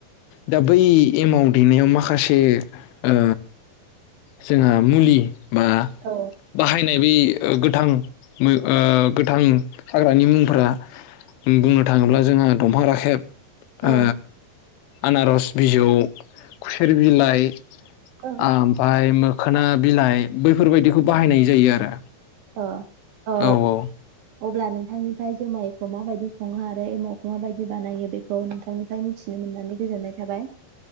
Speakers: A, on the left; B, on the right.
A: दा बै एमाव दैेनायाव माखासे ओ जोंहा मुलि बा
B: औ
A: बाहायनाय बे ओ गोथां मो ओ गोथां हाग्रानि मुंफोरा बुंनो थाङोब्ला जोंहा दंफां राखेब
B: औ
A: ओ आनारस बिजौ खुसेर बिलाइ
B: औ
A: आम फाय मोखोना बिलाइ बैफोरबायदिखौ बाहायनाय जायो आरो।
B: अ अ।
A: औ औ
B: अब्ला नोंथांनिफ्राय जुमायखौ माबायदि सङो आरो एमावखौ माबायदि बानायो बेखौ नोंथांनिफ्राय मिथिनो मोननानै गोजोननाय थाबाय।